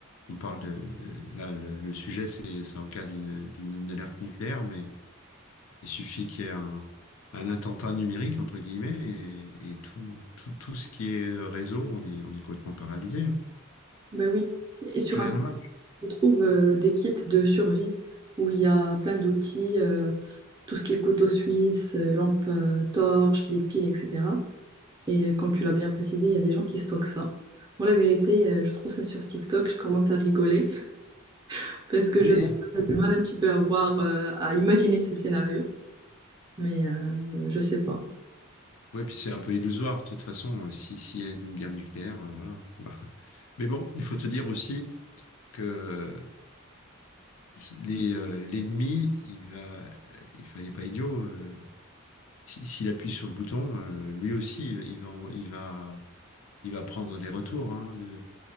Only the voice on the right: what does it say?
Ben oui, et sur
Internet,
on trouve euh, des kits de survie où il y a plein d'outils, euh, tout ce qui est couteau suisse, euh, lampe euh, torche, les piles, etc. Et euh, comme tu l'as bien précisé, il y a des gens qui stockent ça. Moi, la vérité, euh, je trouve ça sur TikTok, je commence à rigoler <laughs> parce que
je sais pas, j'ai du mal un petit peu à voir, euh, à imaginer ce scénario, mais euh, je sais pas.